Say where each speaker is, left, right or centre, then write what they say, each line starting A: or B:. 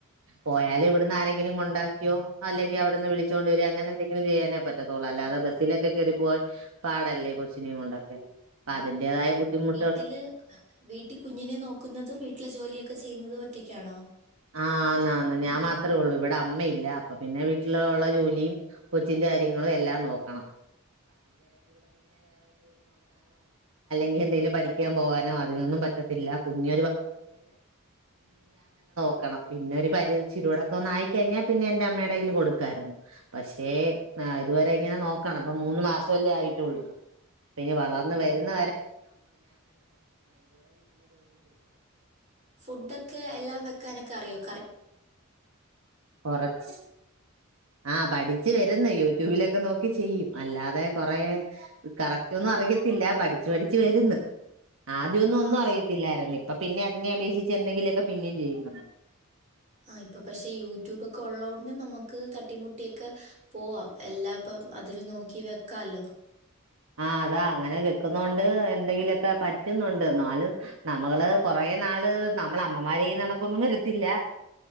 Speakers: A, on the right; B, on the right.
A: പോയാല് ഇവിടുന്ന് ആരെങ്കിലും കൊണ്ടാക്കിയോ അല്ലെങ്കീ അവിടുന്ന് വിളിച്ചോണ്ട് വരേ അങ്ങനെന്തെങ്കിലും ചെയ്യാനേ പറ്റത്തോ അല്ലാതെ ബെസ്സിലൊക്കെ കയറി പോവാ പാടല്ലേ കൊച്ചിനേം കൊണ്ടൊക്കെ അപ്പ അതിന്റേതായ ബുദ്ധിമു
B: ട്ടില് വീട്ടീ കുഞ്ഞിനെ നോക്കുന്നതും വീട്ട്ലെ ജോലിയൊക്കെ ചെയ്യുന്നതും ഒറ്റയ്ക്കാണോ?
A: ആ ന്ന ഞാൻ മാത്രേള്ളൂ ഇവടെ അമ്മയില്ല അപ്പൊ പിന്നെ വീട്ടിലൊള്ള ജോലിയും കൊച്ചിന്റെ കാര്യങ്ങളും എല്ലാം നോക്കണം ന്തേലും പഠിക്കാൻ പോവാനോ അതിനൊന്നും പറ്റത്തില്ല, കുഞ്ഞ ക്കണം പിന്നെ ഒരു പരി ച്ചിരൂടൊക്കൊന്നായിക്കഴിഞ്ഞാ പിന്നെ എന്റെ അമ്മേടെയ്ൽ കൊടുക്കായിര്ന്ന് പശേ ആ ഇതുവരെ ഇങ്ങനെ നോക്കണം, ഇപ്പം മൂന്ന് മാസവല്ലേ ആയിട്ടുള്ളൂ. പിന്നീ വളർന്ന്
B: ഓ
A: വര്ന്ന
B: ഫുഡ് ഒക്കെ എല്ലാം വെക്കാനെക്ക റിയോ
A: കൊറച്ച് ആ പഠിച്ച് വരുന്ന് യൂട്യൂബി ഇലൊക്കെ നോക്കി ചെയ്യും, അല്ലാതെ കൊറേ കറക്റ്റ് ഒന്നും അറിയത്തില്ല പഠിച്ചു പഠിച്ച് വര്ന്ന് ആദ്യൊന്നും
B: ആ
A: ഒന്നും അറിയത്തില്ലായിര്ന്ന് പ്പൊ പിന്നെ അതിനെ അപേഷിച്ച് എന്തെങ്കിലൊക്കെ പിന്നെയും ചെയ്യെന്നു
B: ആ ഇപ്പ പക്ഷെ യൂട്യൂബൊക്കെ ഒള്ളോണ്ട് നമ്മക്ക് തട്ടിമുട്ടീയൊക്കെ പോവാം എല്ലാ ഇപ്പ അതില് നോക്കി വെക്കാല്ലോ
A: ആ അതാ അങ്ങനെ വെക്കുന്നോണ്ട് എന്തെങ്കിലൊക്കെ പറ്റ്ന്നൊണ്ട് ന്നാലും നമ്മള് കൊറേ നാള് നമ്മളമ്മാരെയുന്നണക്കൊന്നും വരത്തില്ല